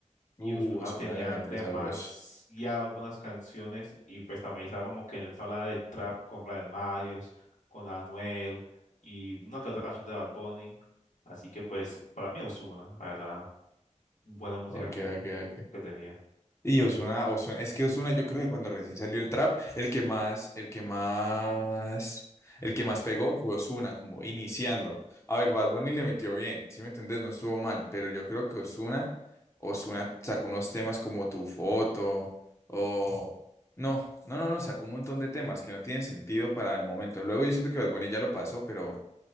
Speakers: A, on the left; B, on the left.
A: Y
B: Uh,
A: Ozuna
B: Osmona
A: tenía
B: le metió
A: demasiadas
B: sabroso.
A: buenas canciones y pues también estaba como que en esa habla del trap con Brian Myers, con Anuel y una que otra canción de Bad Bunny. Así que pues para mí Ozuna, la verdad, buena música
B: Ok, ok, ok.
A: que tenía.
B: Y Ozuna, Ozuna, es que Ozuna, yo creo que cuando recién salió el trap, el que más, el que más, el que más pegó fue Ozuna, como iniciando. A ver, Bad Bunny le metió bien, si me entendés? No estuvo mal, pero yo creo que Ozuna, Ozuna sacó unos temas como Tu Foto, o... No, no, no, no, sacó un montón de temas que no tienen sentido para el momento. Luego yo siento que Bad Bunny ya lo pasó, pero,